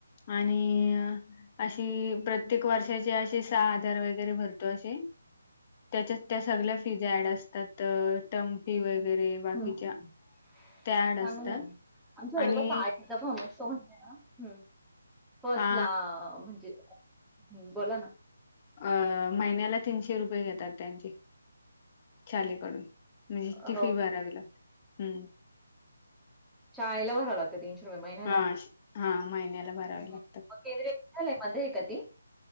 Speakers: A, on the left; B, in the centre.
A: आणि अशी प्रत्येक वर्षाची सहा आजार वगैरे भरते. त्याच्या त्या सगळ्या फीज ऍड असतात टम फी वगैरे. बाकीच्या
B: ह चांगलं
A: त्या ऍड असतात
B: आहे. आमच्या वेडगाव
A: आणि
B: चांगलं आहे. फॉम फर्स्ट
A: आ
B: ला म्हणजे, <inaudible> हम्म बोला ना
A: अ महिन्याला तीनशे रुपये घेतात त्यांचे शालेकडून म्हणजे
B: अ
A: इतकी फी भारावी लागते. हम्म
B: शाळेला भरावं लागत तीनशे रुपये महिन्याला.
A: हा श- हा महिन्याला भरावे
B: मग
A: लागतात
B: शालेय मध्ये का ती?